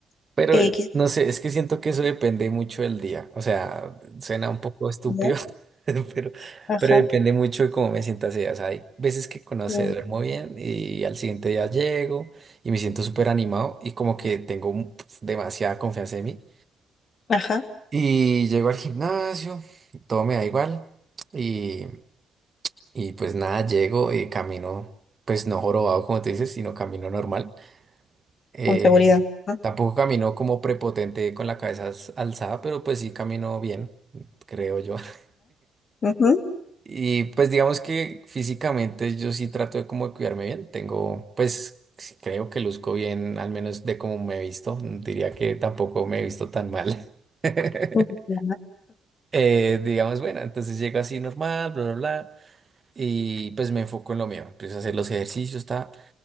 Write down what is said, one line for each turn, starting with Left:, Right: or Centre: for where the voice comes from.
Right: Pero
Left: eh, quiz-
Right: no sé, es que siento que eso depende mucho del día. O sea, suena un poco estúpido,
Left: ¿ya?
Right: <laughs> pero,
Left: Ajá,
Right: pero depende mucho de cómo me sienta ese día. O sea, hay veces que, no
Left: mm,
Right: sé, duermo bien y al siguiente día llego y me siento súper animado y como que tengo un- pf, demasiada confianza en mí.
Left: ajá,
Right: Y llego al gimnasio, todo me da igual y, y pues nada, llego y camino, pues no jorobado como te dices, sino camino normal. Eh,
Left: con seguridad. Ajá,
Right: tampoco caminó como prepotente con la cabeza as- alzada, pero pues sí caminó bien, creo yo. <laughs>
Left: ujú,
Right: Y pues digamos que físicamente yo sí trato de como de cuidarme bien. Tengo, pues sí creo que luzco bien, al menos de cómo me he visto. Diría que tampoco me he visto tan mal. <laughs>
Left: ujú,
Right: Eh, digamos, bueno, entonces llego así normal, bla, bla, bla. Y pues me enfoco en lo mío. Empiezo a hacer los ejercicios, ta.